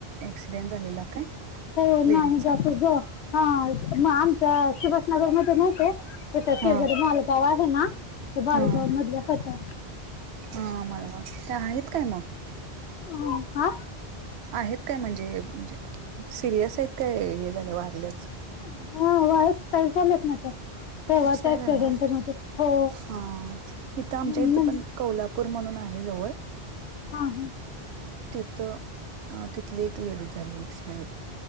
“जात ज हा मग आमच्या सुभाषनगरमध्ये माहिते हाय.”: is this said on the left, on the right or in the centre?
Left